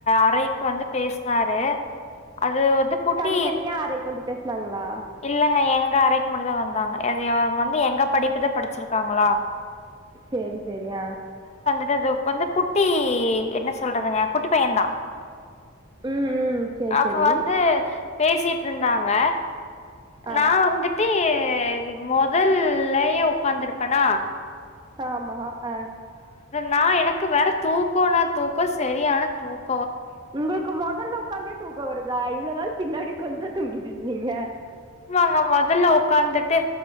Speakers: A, on the left (about 30°); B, on the right (about 20°).
A: அறைக்கு வந்து பேசுனாரு அது வந்து குட்டி
B: தனித்தனியா அறைக்கு வந்து பேசுனாங்களா
A: இல்லங்க எங்க அறைக்கு மட்டு தா வந்தாங்க அது இவங்க வந்து எங்க படிப்புதா படிச்சிருக்காங்களா
B: சேரி சேரி ஆ
A: இந்த இது வந்து குட்டி என்ன சொல்றதுங்க குட்டி பையந்தா
B: ம் ம் சரி
A: அப்ப
B: சரி
A: வந்து பேசிட்டுருந்தாங்க
B: ஆ
A: நா வந்துட்டு மொதல்லயே ஒக்காந்துருப்பேனா
B: ஆமா ஆ
A: நா எனக்கு வேற தூக்கோனா தூக்கோ சரியான தூக்
B: உங்களுக்கு மொதல்ல உக்காந்தே தூக்கோ வருதா இவ்ளோ நாள் பின்னாடி உக்காந்துதா தூங்கிட்ருந்தீங்க
A: வாங்க மொதல்ல ஒக்காந்துட்டு